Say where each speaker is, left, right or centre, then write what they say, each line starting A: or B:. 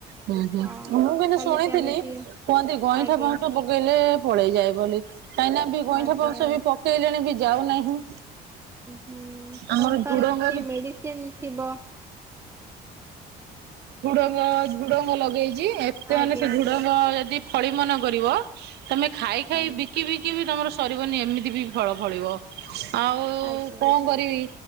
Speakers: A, on the right (about 75°); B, on the right (about 15°).
A: ହୁଁ ହୁଁ
B: ହଁ
A: ମୁଁ କିନ୍ତୁ
B: ଖାଲି
A: ଶୁଣିଥିଲି
B: ଜାଣିଛି
A: କୁହନ୍ତି ଗଇଁଠା
B: ଆଜ୍ଞା
A: ପଁସ ପକେଇଲେ ପଳେଇ ଯାଏ ବୋଲି କାହିଁକିନା ବି ଗଇଁଠା
B: ଆଜ୍ଞା
A: ଫଉଁସ ବି ପକେଇଲେଣି ବି ଯାଉନାହିଁ।
B: ହୁଁ
A: ଆମର
B: କଣ ତାର
A: ଝୁଡଙ୍ଗ
B: କିଛି
A: ବି
B: ମେଡି ସିନ ଥିବ।
A: ଝୁଡଙ୍ଗ ଝୁଡଙ୍ଗ ଲଗେଇଚି ଏତେ
B: ଆଜ୍ଞା
A: ମାନେ ସେ ଝୁଡଙ୍ଗ ଯଦି ଫଳି ମନ କରିବ ତମେ ଖାଇ ଖାଇ
B: ଆ
A: ବିକି ବିକି ବିି ତମର ସରିବନି ଏମିତି ବି ଫଳ ଫଳିବ। ଆଉ
B: ଆଜ୍ଞା
A: କଣ କରିବି